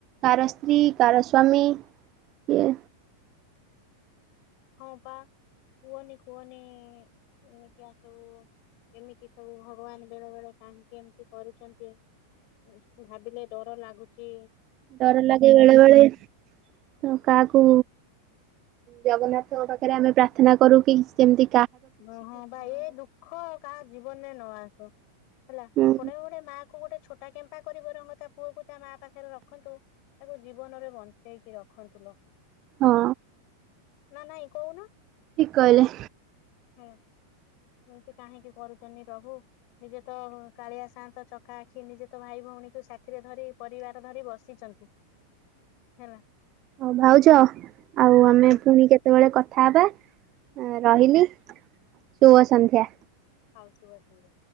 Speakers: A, on the right; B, on the left.
A: କାର ସ୍ତ୍ରୀ, କାର ସ୍ୱାମୀ, ଇଏ।
B: ହଁ ପା, କୁହନି କୁହନି ଉମ ଏମିତିଆ ସବୁ। ଏମିତି ସବୁ ଭଗବାନ ବେଳେ ବେଳେ କାହିଁକି ଏମତି କରୁଛନ୍ତି? <unintelligible> ଭାବିଲେ ଡର ଲାଗୁଚି।
A: ଡର ଲାଗେ ବେଳେ ବେଳେ ତ କାହାକୁ ଜଗନ୍ନାଥଙ୍କ ପାଖରେ ଆମେ ପ୍ରାର୍ଥନା କରୁ କି ସେମତି
B: ନହଁ ବା ଏ ଦୁଃଖ କାହା ଜୀବନରେ ନ ଆସୁ। ହେଲା।
A: ହଉ।
B: ପଡେ ଗୋଡେ ମାଆ କୁ ଗୋଟେ ଛୋଟା କେମ୍ପା କରି ବରଙ୍ଗ ତା ପୁଅ କୁ ତା ମା ପାଖରେ ରଖନ୍ତୁ। ତାକୁ ଜୀବନରେ ବଞ୍ଚେଇକି ରଖନ୍ତୁ ଲୋ।
A: ହଁ।
B: ନା ନାଇଁ କଉନ।
A: ଠିକ କହିଲେ।
B: ହୁଁ। ଏମତି କାହିଁକି କରୁ <unintelligible> ପ୍ରଭୁ, ନିଜେ ତ କାଳିଆ ସାଆନ୍ତ, ଚକା ଆଖି, ନିଜେ ତ ଭାଇ ଭଉଣୀକୁ ସାଥିରେ ଧରି ପରି ଛୁଆରା ଧରି ବସିଛନ୍ତି ହେଲା।
A: ହୋଉ ଭାଉଜ ଆଉ
B: ହଁ
A: ଆମେ
B: ହଁ
A: ପୁଣି କେତେବେଳେ କଥ ଥା ହବା ରହିଲି ଶୁଭ ସନ୍ଧ୍ୟା।
B: ହାଉସୁ ବାସନ୍ତି।